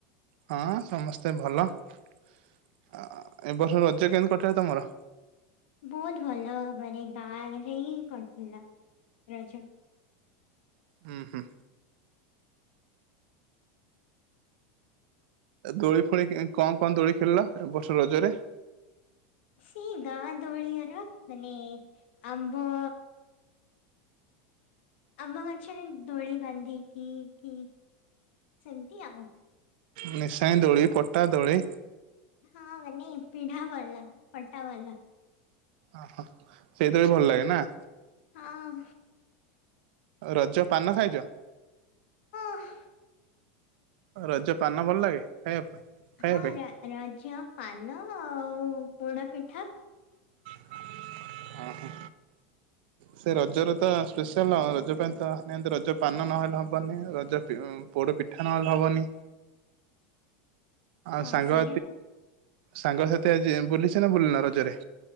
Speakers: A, on the right; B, on the left.
A: ହଁ ସମସ୍ତେ ଭଲ <inaudible> ଏବ ବର୍ଷ ରଜ କେମିତି କଟିବ ତମର?
B: ବହୁତ ଭଲ ମାନେ ଗାଁ ହେଇ କରୁଥିଲା ରଜ।
A: ହୁଁ ହୁଁ। ଦୋଳି ଫୋଳି କଣ କଣ ଦୋଳି ଖେଳିଲ ବର୍ଷ ରଜରେ?
B: ସେଇ ଗାଁ ଦୋଳିଆର ମାନେ ଆମ୍ବ ଆମ ଗଛରେ ଦୋଳି ବାନ୍ଧି କି କି ସେମିତି ଆଉ
A: ନିଶାଣୀ ଦୋଳି ପଟା ଦୋଳି।
B: ହଁ ମାନେ ପିଢା ବାଲା ଫଟା ବାଲା
A: ଓହୋ ସେଇଥି ବି ଭଲ ଲାଗେ ନା?
B: ହଁ।
A: ରଜ ପାନ ଖାଇଛ?
B: <inaudible>
A: ରଜ ପାନ ଭଲ ଲାଗେ ଖାଇବା ପାଇଁ ଖାଇବା
B: ହଁ
A: ପାଇଁ
B: ରଜ ପାନ ଆଉ ପୋଡା ପିଠା
A: <inaudible> ଓ ହ ସେ ରଜର ତ ସ୍ପେଶାଲ ରଜ ପାଇଁ ତ ନିତି ରଜ ପାନ ନହେଲେ ହବନି। ରଜ ପୋଡ ପିଠା ନହେଲେ ହବନି। ଆ
B: ହଁ
A: ସାଙ୍ଗ
B: ସେଇଟା ତ
A: ସାଙ୍ଗ ସା ଆଜି ବୁଲିଚ ନା ନାହିଁ ରଜରେ